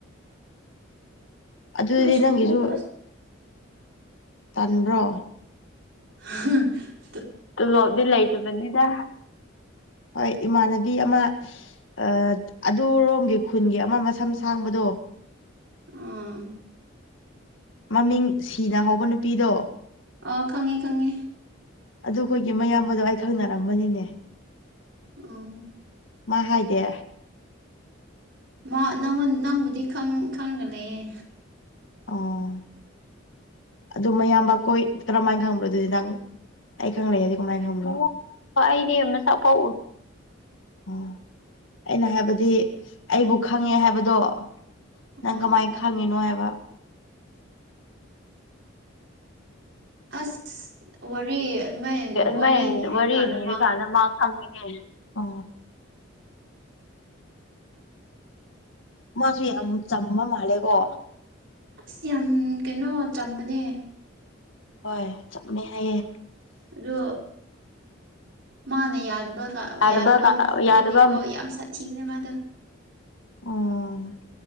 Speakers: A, on the left; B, on the right.
A: ꯑꯗꯨꯗꯤ
B: ꯅꯣꯏ ꯁ꯭ꯀꯨꯜꯗꯨꯁꯨ
A: ꯅꯪꯒꯤꯖꯨ
B: ꯑꯁ
A: ꯇꯟꯕ꯭ꯔꯣ
B: <unintelligible>
A: ꯇꯣꯂꯣꯞꯗꯤ ꯂꯩꯇꯕꯅꯤꯗ ꯍꯣꯏ ꯏꯃꯥꯟꯅꯕꯤ ꯑꯃ ꯑ ꯑꯗꯨꯔꯣꯝꯒꯤ ꯈꯨꯟꯒꯤ ꯑꯃ ꯃꯁꯝ ꯁꯥꯡꯕꯗꯣ
B: ꯎꯝ
A: ꯃꯃꯤꯡ ꯁꯤꯅ ꯍꯧꯕ ꯅꯨꯄꯤꯗꯣ
B: ꯑ ꯈꯪꯉꯦ ꯈꯪꯉꯦ
A: ꯑꯗꯨꯈꯣꯏꯒꯤ ꯃꯌꯥꯝꯕꯗꯣ ꯑꯩ ꯈꯪꯅꯔꯝꯕꯅꯤꯅꯦ
B: ꯎꯝ
A: ꯃꯥ ꯍꯥꯏꯗꯦ
B: ꯃꯥ ꯅꯪ-ꯅꯪꯉꯣꯜ-ꯅꯪꯕꯨꯗꯤ ꯈꯪꯉꯒ ꯂꯩꯌꯦ
A: ꯑꯣ ꯑꯗꯨ ꯃꯌꯥꯝꯕ ꯀꯣꯏ ꯀꯔꯝꯃꯥꯏꯅ ꯈꯪꯕ꯭ꯔꯣ ꯑꯗꯨꯗꯤ ꯅꯪ ꯑꯩ ꯈꯪꯪꯂꯛꯑꯗꯤ ꯀꯃꯥꯏꯅ ꯈꯪꯕ꯭ꯔ, ꯑꯩꯗꯤ ꯃꯁꯛ ꯐꯥꯎ ꯎ ꯎꯝ ꯑꯩꯅ ꯍꯥꯏꯕꯗꯤ ꯑꯩꯕꯨ ꯈꯪꯉꯦ ꯍꯥꯏꯕꯗꯣ ꯅꯪ
B: ꯎꯝ
A: ꯀꯃꯥꯏꯅ ꯈꯪꯉꯤꯅꯣ ꯍꯥꯏꯕ
B: ꯑꯁ ꯋꯥꯔꯤ ꯑꯗꯨꯃꯥꯏꯅ
A: ꯑꯗꯨꯃꯥꯏ
B: ꯋꯥꯔꯤ ꯂꯤꯔꯀꯥꯟꯗ
A: ꯋꯥꯔꯤ ꯂꯤꯔꯀꯥꯟꯗ ꯃꯥ ꯈꯪꯉꯤꯅꯦ ꯎ ꯃꯥꯁꯨ ꯌꯥꯝ ꯆꯝꯕ ꯃꯥꯜꯂꯦꯀꯣ
B: ꯑꯁ ꯌꯥꯝ ꯀꯩꯅꯣ ꯆꯝꯕꯅꯦ
A: ꯍꯣꯏ ꯆꯠꯃꯦ ꯍꯥꯏꯌꯦ
B: ꯑꯗꯣ ꯃꯥꯅ ꯌꯥꯗꯕꯒ
A: ꯌꯥꯗꯕ
B: ꯌꯥꯗꯕꯝ ꯑꯗꯨꯗꯤ
A: ꯌꯥꯗꯕ
B: ꯀꯣ ꯌꯥꯝ ꯁꯠ ꯊꯤꯕꯅꯦ ꯃꯥꯗꯣ
A: ꯌꯥꯝ